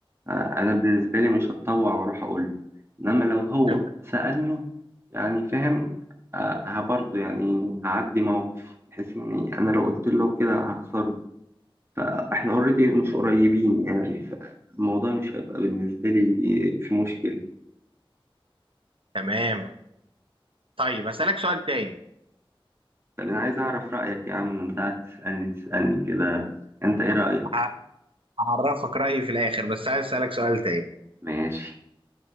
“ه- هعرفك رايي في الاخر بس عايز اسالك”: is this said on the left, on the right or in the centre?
Right